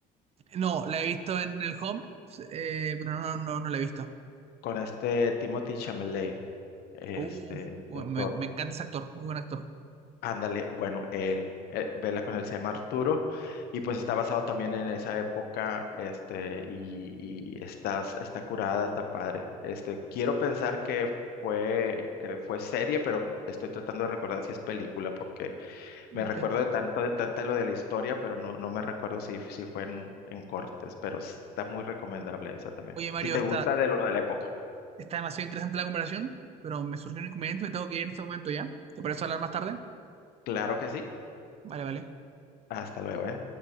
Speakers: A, on the right; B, on the left.
A: No, la he visto en el Home, eh, pero no, no, no la he visto.
B: con este Timothy Chalamet, este
A: Uh, bueno,
B: este actor.
A: me, me encanta ese actor, muy buen actor.
B: Ándale, bueno, él, eh, vela con él, se llama Arturo, y pues está basado también en esa época, este, y, y está, está curada, está padre. Este, quiero pensar que fue, que fue serie, pero estoy tratando de recordar si es película, porque me
A: Entiendo.
B: recuerdo de tanto, de tanto lo de la historia, pero no, no me recuerdo si, si fue en, en cortes, pero está muy recomendable esa también.
A: Oye, Mario,
B: Si te
A: está,
B: gusta de lo de la época,
A: está demasiado interesante la comparación, pero me surgió un inconveniente, me tengo que ir en este momento ya. ¿Te parece hablar más tarde?
B: claro que sí.
A: Vale, vale.
B: Hasta luego, ¿eh?